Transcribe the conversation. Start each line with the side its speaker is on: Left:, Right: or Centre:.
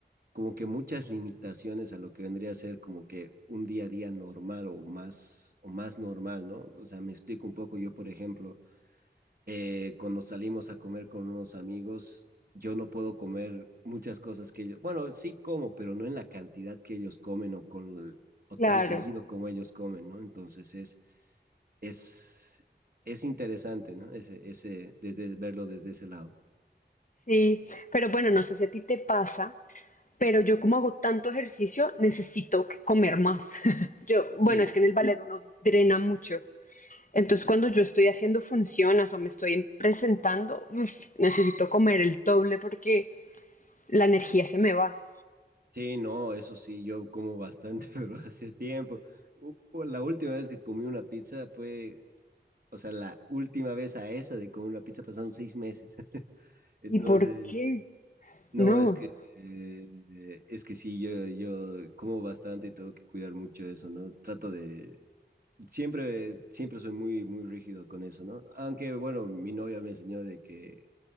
Right: como que muchas limitaciones a lo que vendría a ser como que un día a día normal o más, o más normal, ¿no? O sea, me explico un poco, yo por ejemplo, eh, cuando salimos a comer con unos amigos, yo no puedo comer muchas cosas que ellos, bueno, sí como, pero no en la cantidad que ellos comen o con o
Left: Claro,
Right: tan seguido como ellos comen, ¿no? Entonces es, es, es interesante, ¿no? Ese, ese, desde, verlo desde ese lado.
Left: sí. Pero bueno, no sé si a ti te pasa pero yo como hago tanto ejercicio, necesito comer más. <laughs> yo, bueno,
Right: Sí,
Left: es que en el ballet uno drena mucho. Entonces cuando yo estoy haciendo funciones o me estoy presentando, uf, necesito comer el doble porque la energía se me va.
Right: sí, no, eso sí, yo como bastante, <laughs> pero hace tiempo. U- u- la última vez que comí una pizza fue, o sea, la última vez a esa de comer una pizza pasaron seis meses. <laughs> Entonces,
Left: ¿Y por qué?
Right: no,
Left: No,
Right: es que, eh, es que sí, yo, yo como bastante y tengo que cuidar mucho eso, ¿no? Trato de, siempre, siempre soy muy, muy rígido con eso, ¿no? Aunque, bueno, mi novia me enseñó de que